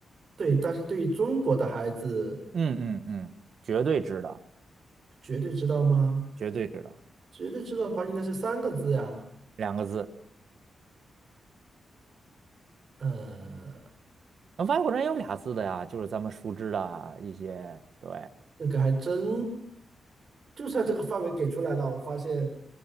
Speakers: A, on the right; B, on the right.
A: 对，但是对于中国的孩子，
B: 嗯嗯嗯，绝对知道，
A: 绝对知道吗？
B: 绝对知道，
A: 绝对知道的话，应该是三个字呀。
B: 两个字。
A: 呃，
B: 那外国人也有俩字的呀，就是咱们熟知的啊一些。对
A: 那个还真，就算这个范围给出来了，我发现